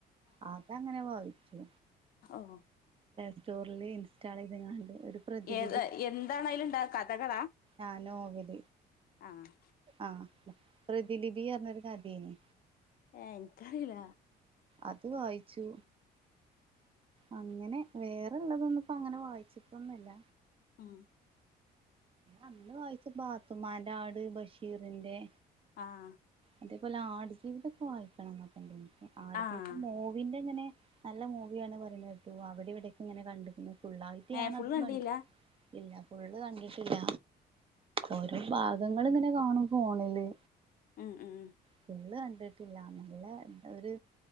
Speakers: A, on the right; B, on the left.
A: ആ അതങ്ങനെ വായിച്ചു
B: ഓഹ്
A: സ്റ്റോറില് ഇൻസ്റ്റാളെയ്ത്കാണ്ട് ഒരു പ്രതിലിപി
B: ഏത് എന്താണയിലുണ്ടാക കഥകളാ?
A: ആഹ് നോവൽ
B: ആഹ്
A: ആഹ് പ്രതി ലിപീയർഞ്ഞൊരു കഥയ്ന്
B: ഏഹ് എനിക്കറീല്ല
A: അത് വായിച്ചു അങ്ങനെ വേറെള്ളതൊന്നുംപ്പോ അങ്ങനെ വായിച്ചിട്ടൊന്നുംല്ല
B: ആഹ്
A: അന്ന് വായിച്ച് പാത്തുമാന്റെ ആട് ബഷീറിന്റെ
B: ആഹ്
A: അതേപോലെ ആടു ജീവിതൊക്കെ വായിക്കണംന്നൊക്കണ്ടയ്ന് പക്ഷെ ആടുജീവിതം
B: ആഹ്
A: മോ പിന്നങ്ങനെ നല്ല മൂവിയാണ് പറിണേട്ടു അവ്ടെ ഇവ്ടെയൊക്കെ ഇങ്ങനെ കണ്ടുക്ണ് ഫുള്ളായിട്ട്
B: ഏ
A: ഞാൻ
B: ഫുള്ള്
A: അതും
B: കണ്ടീല്ല
A: കണ്ടു ഇല്ല ഫുള്ള് കണ്ടിട്ടില്ല ഓരോ ഭാഗങ്ങള്ങ്ങനെ കാണും ഫോണില്.
B: മ്മ് മ്മ്
A: ഫുള് കണ്ടിട്ടില്ല നല്ല ഒരു